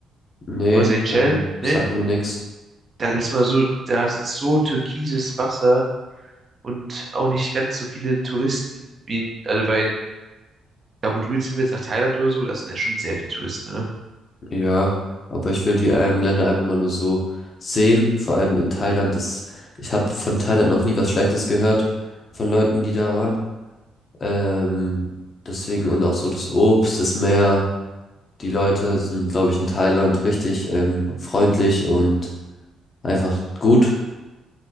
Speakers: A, on the left; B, on the right.
A: Nee,
B: oder Seychellen,
A: ähm, sag
B: ne?
A: mir nix.
B: Da gibt's immer so, da ist es so türkises Wasser und auch nicht ganz so viele Touristen wie in, also weil in, da wo du jetzt hin willst, nach Thailand oder so, da sind ja schon sehr viele Touristen, ne?
A: Ja, aber ich will die ähm, Länder einfach mal nur so sehen. Vor allem in Thailand ist, ich habe von Thailand noch nie was Schlechtes gehört von Leuten, die da waren. Ähm, deswegen und auch so das Obst, das Meer. Die Leute sind, glaube ich, in Thailand richtig ähm, freundlich und einfach gut.